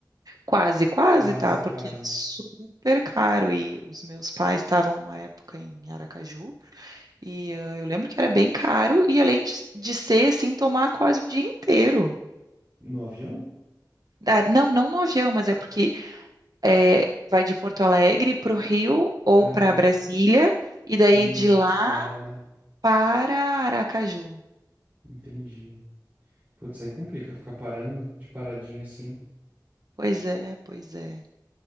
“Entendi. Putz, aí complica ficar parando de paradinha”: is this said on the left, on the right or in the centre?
Right